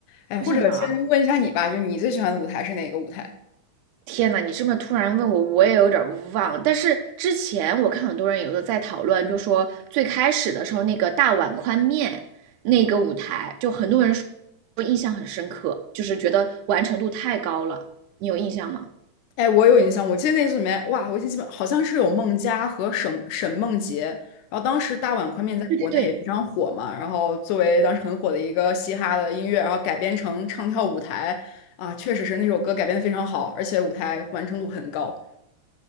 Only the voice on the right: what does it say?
我想想啊，
天呐，你这么突然问我，我也有点儿忘。但是之前我看很多人有的在讨论，就说最开始的时候那个大碗宽面那个舞台，就很多人说印象很深刻，就是觉得完成度太高了。你有印象吗？
对对对，